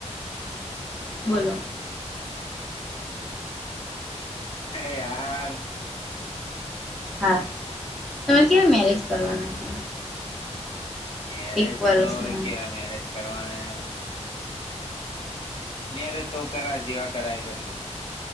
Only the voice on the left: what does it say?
એ આ
મેરેજ
તો હવે કેવાય મેરેજ કરવાના અરે તો કરા જેવા કરાય એ કરી